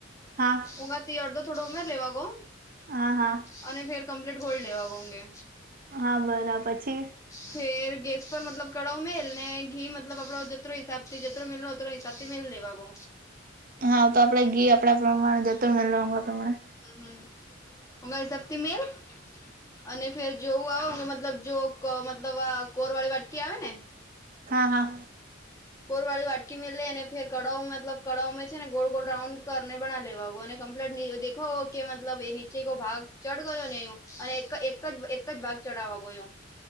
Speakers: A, on the right; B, on the left.
A: હા.
B: ઉગાથી અડધો થોડો ઉમેર લેવા ગો.
A: આ હા.
B: અને ફેર કમ્પ્લીટ ઘોડ લેવાગોગે.
A: હા બરા પછી?
B: ફેર ગેસ પર મતલબ કળાઉ મેલ ને ઘી મતલબ આપડો જ તરો હિસાબથી જતરો મેલનો અતરો હિસાબથી મેલ લેવાગો.
A: હા તો આપડે ઘી આપણા પ્રમાણે જતરો મેલનો વા પ્રમાણે
B: અમ હમ્મ હમણાં હિસાબથી મેલ. અને ફેર જોવું આવ મુ મતલબ જો મતલબ વા કોરવાળી વાટકી આવે ને.
A: હા હા.
B: કોરવાળી વાટકી મેલની અને ફીર કળાઓ મતલબ કળાઉ મેછે ને ગોળ ગોળ રાઉન્ડ કરને બનાઉ લેવાગો અને કમ્પ્ટ ને યો દેખાઓ કે મતલબ એ નીચે કો ભાગ ચડ ગયો ને યો અને એક એક એ જ જ ભાગ ચઢાવા ગયો યો.